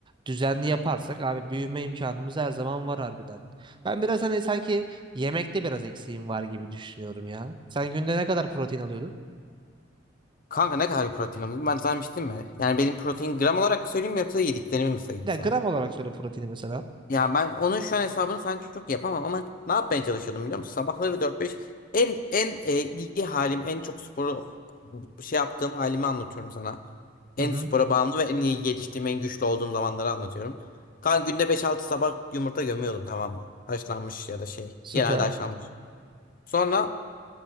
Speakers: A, on the right (about 25°); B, on the left (about 45°).
A: Düzenli yaparsak abi büyüme imkanımız her zaman var harbiden. Ben biraz hani sanki yemekte biraz eksiğim var gibi düşünüyorum ya. Sen günde ne kadar protein alıyordun?
B: Kanka ne kadar bir protein alıyorsun? Ben sana demiştim mi? Yani benim protein gram olarak mı söyleyeyim yoksa yediklerimi mi sayayım
A: Ya
B: sana?
A: gram olarak söyle proteini mesela.
B: Ya ben onun şu an hesabını sen çok yapamam ama ne yapmaya çalışıyordum biliyor musun? Sabahları dört beş en en e, iyi halim, en çok sporu şey yaptığım halimi anlatıyorum sana. En
A: Hı hı.
B: spora bağımlı ve en iyi geliştiğim, en güçlü olduğum zamanları anlatıyorum. Kan günde beş altı sabah yumurta gömüyordum tamam mı? Haşlanmış ya da şey.
A: Süper.
B: Genelde haşlanmış. Sonra